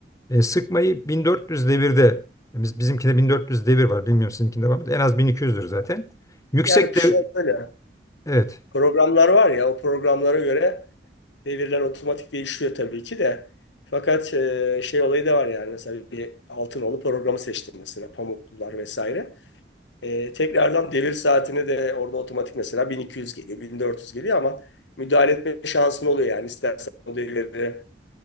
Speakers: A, on the left; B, on the left.
A: e, sıkmayı 1400 devirde biz, bizimkinde 1400 devir var. Bilmiyorum sizinkinde var mı? En az 1200'dür zaten. Yüksek
B: Yani
A: de
B: şöyle
A: evet.
B: programlar var ya o programlara göre devirler otomatik değişiyor tabii ki de. Fakat e, şey olayı da var yani mesela bir Altınoğlu programı seçtim mesela Pamuklular vesaire. E, tekrardan devir saatini de orada otomatik mesela 1200 geliyor, 1400 geliyor ama müdahale etme şansın oluyor yani. İstersen o devirleri